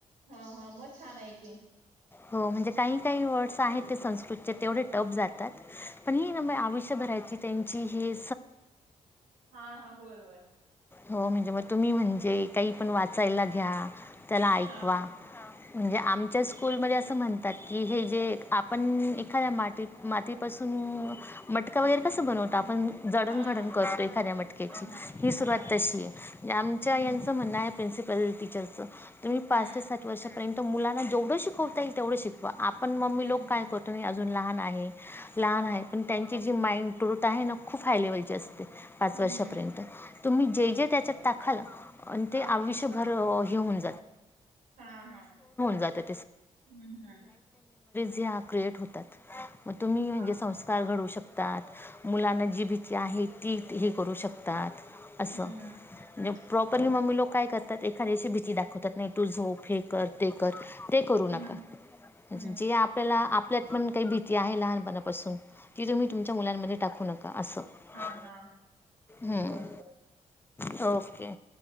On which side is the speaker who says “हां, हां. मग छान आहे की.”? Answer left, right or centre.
Right